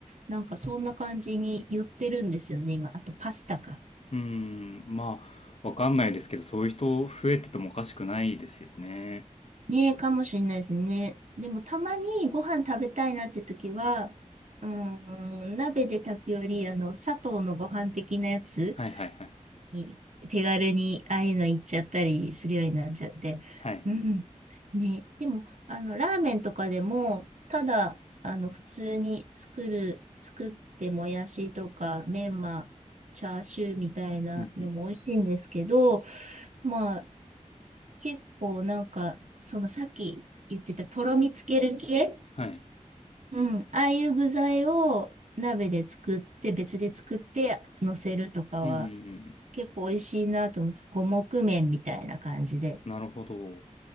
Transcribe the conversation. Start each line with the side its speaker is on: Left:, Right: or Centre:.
Right: なんかそんな感じに寄ってるんですよね、今。あとパスタか。
Left: うん、まあ、わかんないですけど、そういう人増えててもおかしくないですよね。
Right: ねえ、かもしれないですね。でもたまにご飯食べたいなって時は、うーん、鍋で炊くより、あの、砂糖のご飯的なやつ、
Left: はいはいはい。
Right: に手軽にああいうの行っちゃったりするようになっちゃって。
Left: はい。
Right: うん。ね。でも、あの、ラーメンとかでも、ただ、あの、普通に作る、作ってもやしとか、メンマ、チャーシューみたいなのも美味しいんですけど、
Left: うんうん。
Right: まあ、結構なんか、そのさっき言ってたとろみつける系、
Left: はい。
Right: うん、ああいう具材を鍋で作って、別で作って乗せるとかは、
Left: うんうんうん。
Right: 結構美味しいなと思うんです。五目麺みたいな感じで。
Left: なるほど。